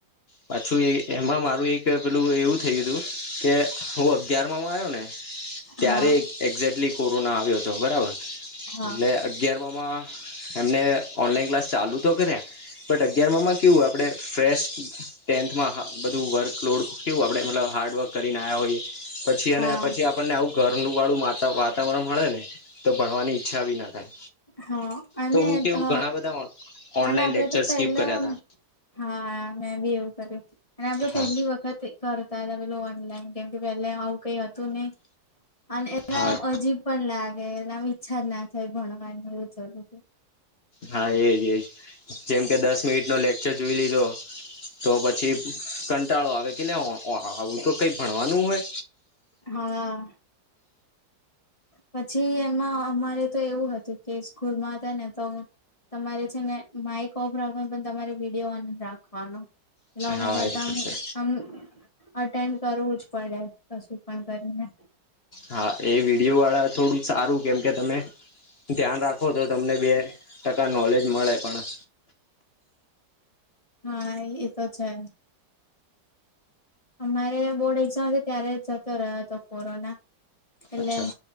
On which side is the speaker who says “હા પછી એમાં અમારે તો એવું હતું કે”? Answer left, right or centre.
Left